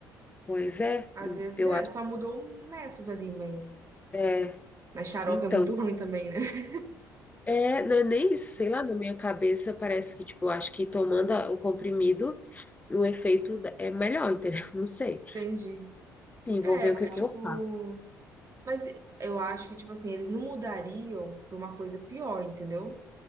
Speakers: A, on the left; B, on the right.
A: Pois é,
B: Às vezes
A: eu
B: é,
A: acho.
B: só mudou o método ali, mas.
A: É,
B: Mas xarope
A: então,
B: é muito ruim também, né? <laughs>
A: é, não é nem isso, sei lá, na minha cabeça parece que, tipo, eu acho que tomando a- o comprimido, o efeito da- é melhor, entendeu? <laughs> Não sei.
B: Entendi.
A: Enfim,
B: É,
A: vou ver o que
B: é
A: que
B: tipo.
A: eu faço.
B: Mas eu acho que, tipo assim, eles não mudariam pra uma coisa pior, entendeu?